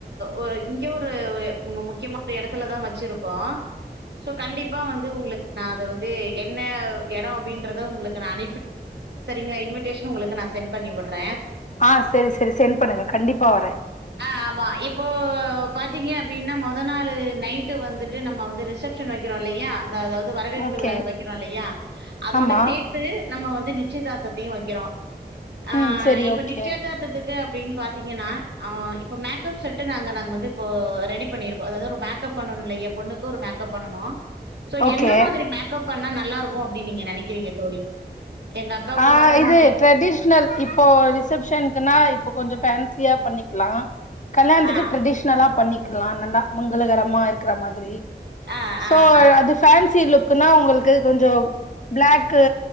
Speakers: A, on the right; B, on the left.
A: ஒ இங்க ஒரு மு முக்கியமா ஒரு எடத்துலதா வெச்சிருக்கோ ஸோ கண்டிப்பா வந்து உங்குளுக்கு நா அது வந்து என்ன எடோ அப்டீன்றத உங்குளுக்கு நா அனுப்பி சரிங்களா இன்விட்டேஷன் உங்குளுக்கு நா சென்ட் பண்ணி வுட்றே
B: ஆ செரி செரி சென்ட் பண்ணுங்க கண்டிப்பா வரே
A: ஆ ஆமா இப்போ பாத்தீங்க அப்டீன்னா மொத நாளு நைட்டு வந்துட்டு நம்ம வந்து ரிசப் ஷன் வெக்கிறோ இல்லியா அந்த அதாவது வரவேற்பு
B: ஓகே
A: விழா வெக்கிறோ இல்லயா அதோட
B: ஆமா
A: சேத் து நம்ம வந்து நிச்சயதார்த்தத்தையோ வெக்கிறோ ஆ
B: ம் செரி
A: இப்ப
B: ஓகே
A: நிச்சயதார்த்தத் கு அப்டீன்னு பாத்தீங்கன்னா அ இப்ப மேக்கப் செட்டு நாங்க நாங்க வந்து இப்போ ரெடி பண்ணிருப்போ அதாவது ஒரு மேக் மேக்கப் பண்ணனோ இல்லயா பொண்ணுக்கு ஒரு மேக்கப் பண்ணனோ சோ
B: ஓகே
A: எந்த மாதிரி மேக் கப் பண்ணா நல்லா இருக்கோ அப்டீன்னு நீங்க நெனைக்கிறீங்க தோழி எங்க அக்காவுக்கு
B: அ
A: பண்ணணும்
B: இது
A: அப்டின்னு
B: ட்ரடிஷ் ஷனல் இப்போ ரிசப்ஷனுக்குன்னா இப்போ கொஞ்சோ ஃபேன்சியா பண்ணிக்குலா கல்யாணத்துக்கு
A: ஆ,
B: ட்ரெடிஷ்னலா பண்ணிக்குலா நல்லா மங்களகரமா இருக்குற மாதிரி
A: ஆ,
B: சோ
A: ஆ, ஆ,
B: அது ஃபேன்சி லுக்குனா உங்குளுக்கு கொஞ்சோ பிளாக்கு